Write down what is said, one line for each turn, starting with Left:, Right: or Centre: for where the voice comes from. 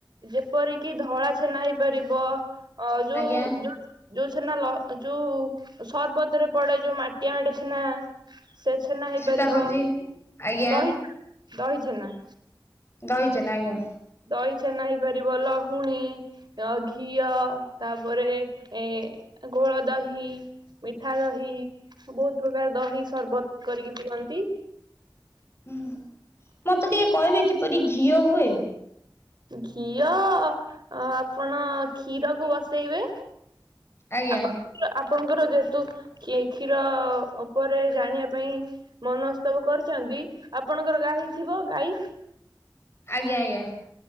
Right: ଯେପରିକି ଧଳା ଛେନା ହେଇପାରିବ ଅ ଯୋଉ
Left: ଆଜ୍ଞା
Right: ଯୋଉ ଯୋଉ ଛେନା ଲ ଯୋଉ ସର୍ବତରେ ପଡେ ଯୋଉ ମାଟିଆ ଛେନା ସେ ଛେନା ହେଇପାରିବ
Left: ସେଟା ହଉଛି ଆଜ୍ଞା
Right: ଦହି ଦହି ଛେନା।
Left: ଦଇ ଛେନା ଆଜ୍ଞା।
Right: ଦହି ଛେନା ହେଇପାରିବ ଲହୁଣୀ ଘିଅ ତାପରେ ଏ-ଏ ଗୋଳ ଦହି ମିଠା ଦହି ବହୁତ ପ୍ରକାର ଦହି ସର୍ବତ କରିକି ପିଅନ୍ତି।
Left: ହୁଁହୁ ମତେ ଟିକେ କହିବେ କିପରି ଘିଅ ହୁଏ?
Right: ଘିଅ-ଅ-ଅ ଆପଣ କ୍ଷୀରକୁୁ ବସେଇବେ।
Left: ଆଜ୍ଞା
Right: ଆପଣ ଆପଣଙ୍କର ଯେହେତୁ କ୍ଷୀ କ୍ଷୀର ଉପରେ ଜାଣିବା ପାଇଁ ମନସ୍ତପ କରିଛନ୍ତି ଆପଣଙ୍କର ଗାହୀ ଥିବ ଗାଈ?
Left: ଆଜ୍ଞା-ଆଜ୍ଞା।